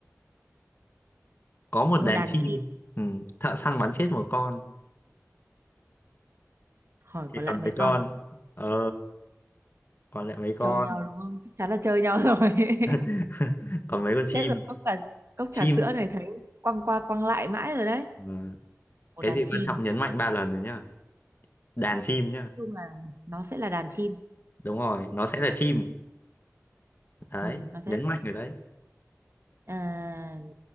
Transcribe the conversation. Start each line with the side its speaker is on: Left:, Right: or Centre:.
Left: Có một
Right: có một
Left: đàn
Right: đàn
Left: chim,
Right: chim
Left: ừ. Thợ săn bắn chết một con,
Right: hỏi
Left: thì
Right: còn lại
Left: còn
Right: mấy
Left: mấy
Right: con
Left: con? Ờ, còn lại mấy con?
Right: chơi nhau đúng không chắc chắn là chơi nhau rồi <laughs>
Left: <laughs> Còn mấy con chim?
Right: thế rồi cốc trà, cốc
Left: Chim.
Right: trà sữa này thấy quăng qua quăng lại mãi rồi đấy
Left: Ờ,
Right: một
Left: Cái
Right: đàn
Left: gì
Right: chim
Left: quan trọng
Right: Nói
Left: nhấn mạnh ba lần rồi nhá. Đàn chim nhá.
Right: chung là nó sẽ là đàn chim
Left: Đúng rồi, nó sẽ là chim. Đấy,
Right: ừ, nó sẽ
Left: nhấn
Right: là
Left: mạnh
Right: chim
Left: rồi đấy.
Right: à,